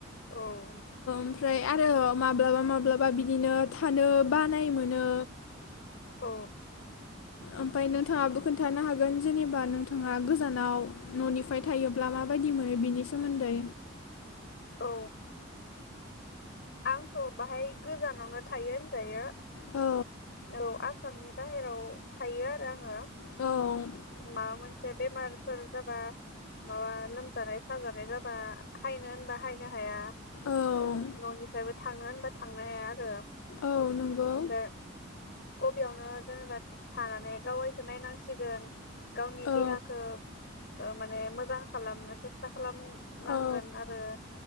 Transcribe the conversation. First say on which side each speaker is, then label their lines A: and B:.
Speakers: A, on the left; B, on the left.
A: औ।
B: ओमफ्राय आरो माब्लाबा माब्लाबा बिदिनो थानो बानाय मोनो।
A: अ।
B: ओमफाय नोंथाङाबो खोन्थानो हागोन जेनेबा नों थाङा गोजानाव न'निफाय थायोब्ला माबायदि मोनो बेनि सोमोन्दै।
A: औ। आंथ' बाहाय गोजानावनो थायो होनजायो।
B: औ।
A: औ आसामनि बाहेराव थायो आरो आङो।
B: औ
A: <unintelligible> एसे बेमारफोर जाबा माबा लोमजानाय साजानाय जाबा हायनो होनबा हायनो हाया।
B: औ
A: न'निफ्रायबो। थाङो होनबा थांनो हाया आरो ओमफ्राय।
B: औ नंगौ
A: अबेयावनो जेनेबा थानानै गावयैखौ नायनांसिगोन गावनि देहाखौ
B: औ
A: ओ माने मोजां खालामनो सेस्था खालामनांगोन
B: औ
A: आरो